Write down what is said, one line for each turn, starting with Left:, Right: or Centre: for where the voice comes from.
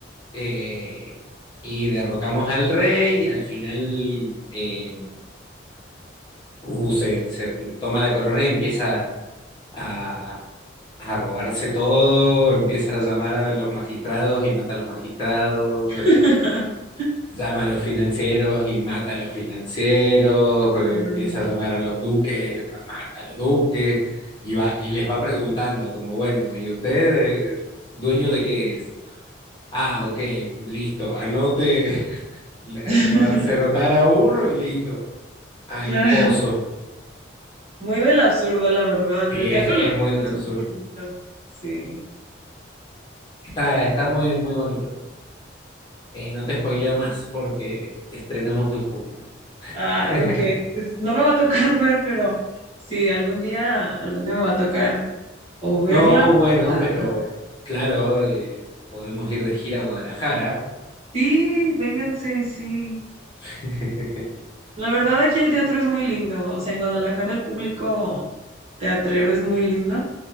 Left: eh, y derrocamos al rey, y al final eh, Hugo se, se toma la corona y empieza a, a robarse todo, empieza a llamar a los magistrados y mata a los magistrados.
Right: <laughs>
Left: eh, llama a los financieros y mata a los financieros, eh,
Right: Mm.
Left: empieza a llamar a los duques, mata a los duques, y va, y les va preguntando como, bueno, ¿y usted, eh, dueño de qué es? Ah, ok, listo, anote, <laughs> lo
Right: <laughs>
Left: hace anotar a uno y listo, al
Right: Claro.
Left: pozo.
Right: Muy del absurdo, la verdad.
Left: Sí,
Right: El teatro
Left: es, es
Right: del
Left: muy del absurdo.
Right: absurdo. Sí.
Left: Está, está muy, muy bonito. Eh, no te spoileo más porque estrenamos en junio.
Right: Ah,
Left: <laughs>
Right: ok. Pues, No me va a tocar <laughs> ver, pero sí, algún día, algún día me va a tocar O verla
Left: No,
Right: o
Left: bueno,
Right: matarla.
Left: pero claro, eh, podemos ir de gira a Guadalajara.
Right: Sí, vénganse, sí.
Left: <laughs>
Right: La verdad, aquí el teatro es muy lindo. O sea, en Guadalajara el público teatrero es muy lindo